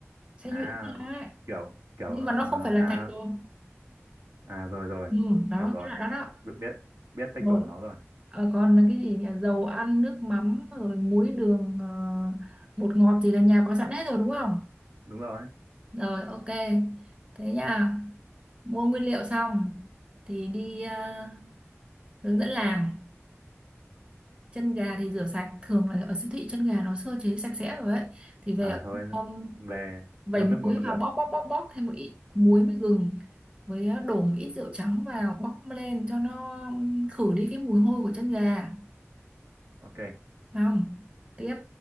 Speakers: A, on the right; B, on the right.
A: xay
B: à
A: nhuyễn ra ấy.
B: kiểu kiểu
A: Nhưng mà nó
B: ờ,
A: không phải là
B: à
A: thành bột.
B: à rồi rồi
A: Ừ, đó,
B: hiểu rồi
A: cái loại đó đó.
B: biết biết biết texture
A: rồi
B: của nó rồi
A: Ờ, còn là cái gì nhỉ dầu ăn nước mắm rồi muối đường ờ, bột ngọt gì là nhà có sẵn hết rồi đúng không
B: đúng rồi
A: rồi ok thế nha mua nguyên liệu xong thì đi ờ, hướng dẫn làm chân gà thì rửa sạch thường là ở siêu thị chân gà nó sơ chế sạch sẽ rồi ấy thì về
B: à thôi
A: um,
B: về
A: vẩy
B: ngâm nước muối
A: muối
B: một lượt
A: vào bóp bóp bóp bóp thêm một ít muối với gừng với ờ, đổ một ít rượu trắng vào bóp lên cho nó khử đi cái mùi hôi của chân gà
B: ok
A: không tiếp